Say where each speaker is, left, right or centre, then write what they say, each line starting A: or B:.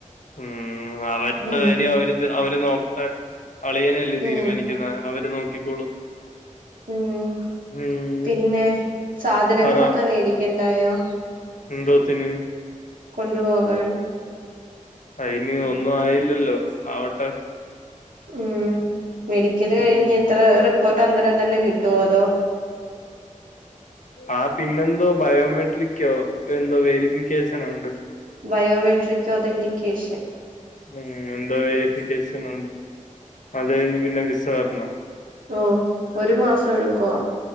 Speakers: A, on the left; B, on the right.
A: ഉം, അവര്ടെ
B: ഉം
A: കാര്യം അവര് ത് അവര് നോക്കട്ടെ. അളിയനല്ലേ തീരുമാനിക്കുന്നെ.
B: ഉം
A: അവര് നോക്കിക്കോളും.
B: ഉം,
A: ഉം
B: പിന്നെ സാധനങ്ങളൊക്കെ
A: പറ
B: വേടിക്കണ്ടായോ.
A: എന്തോത്തിന്?
B: കൊണ്ടുപോകാൻ.
A: അയിന് ഒന്നും ആയില്ലല്ലോ ആവട്ടെ.
B: ഉം മെഡിക്കല് കഴിഞ്
A: ഉം
B: എത്ര റിപ്പോർട്ട് അന്നേരം തന്നെ കിട്ടുവോ അതോ.
A: ആഹ് പിന്നെന്തോ ബയോമെട്രിക്കോ എന്തോ വെരിഫിക്കേഷനോ ഉണ്ട്.
B: Biometric authentication.
A: ഉം, എന്തോ വെരിഫിക്കേഷനൊണ്ട്. അത് കഴിഞ്ഞ് പിന്നെ വിസ വരണം.
B: ഓഹ്, ഒരു മാസം എടുക്കോ?